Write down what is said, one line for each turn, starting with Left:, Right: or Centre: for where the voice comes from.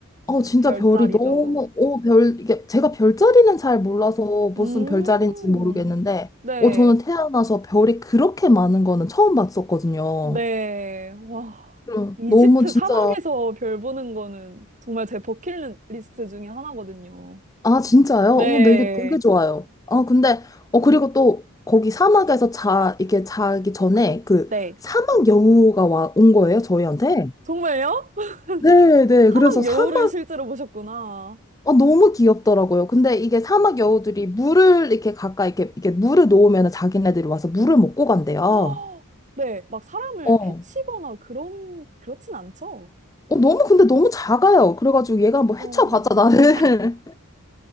Left: 어,
Right: 막
Left: 진짜
Right: 별자리도.
Left: 별이 너무, 어, 별, 이게, 제가 별자리는 잘 몰라서 무슨
Right: 음.
Left: 별자리인지 모르겠는데,
Right: 네.
Left: 어, 저는 태어나서 별이 그렇게 많은 거는 처음 봤었거든요.
Right: 네. 와.
Left: 응,
Right: 이집트
Left: 너무 진짜,
Right: 사막에서 별 보는 거는 정말 제 버킷리스트 중에 하나거든요.
Left: 아, 진짜요?
Right: 네.
Left: 어머, 이거 되게 좋아요. 아, 근데, 어, 그리고 또, 거기 사막에서 자, 이게 자기 전에 그
Right: 네.
Left: 사막 여우가 와, 온 거예요, 저희한테.
Right: 정말요? <laughs>
Left: 네, 네.
Right: 사막
Left: 그래서
Right: 여우를
Left: 사막
Right: 실제로 보셨구나.
Left: 어, 너무 귀엽더라고요. 근데 이게 사막 여우들이 물을 이렇게 가까이 이렇게, 이렇게 물을 놓으면 자기네들이 와서 물을 먹고 간대요.
Right: 아, 네. 막 사람을
Left: 어.
Right: 해치거나 그런, 그렇진 않죠?
Left: 어, 너무 근데 너무 작아요. 그래가지고 얘가 뭐
Right: 어,
Left: 헤쳐봤자 나를.